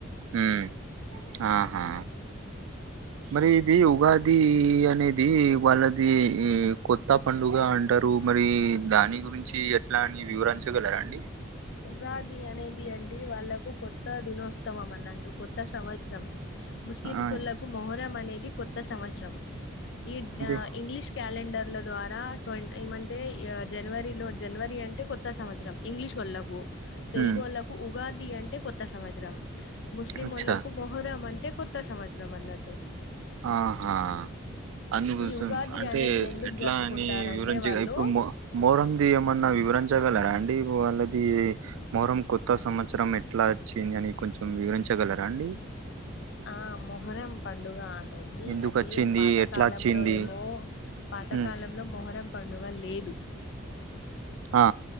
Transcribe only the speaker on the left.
ఉగాది అనేది అండి వాళ్ళలకు కొత్త దినోత్సవం అన్నట్టు కొత్త సంవత్సరం ముస్లిం
సళ్లకు మొహరం అనేది కొత్త సంవత్సరం ఈ
ఇంగ్లీష్ క్యాలెం టండర్ల ద్వారా ఏమంటే జనవరిలో జనవరి అంటే కొత్త సంవత్సరం ఇంగ్లీష్ వాళ్ళకు తెలుగు
వాళ్ళకు ఉగాది అంటే కొత్త సంవత్సరం ముస్లింళ్లకు
మొహరం అంటే కొత్త సంవత్సరం అన్నట్టు
ఈ ఉగాది
అనేది ఎందుకు
జరుపుకుంటారంటే
వాళ్ళు
ఆ మొహరం పడుగ అనేది
అది
అది పాతకాలంలో
ఏమో పాతకాలంలో
మొహరం పండుగ లే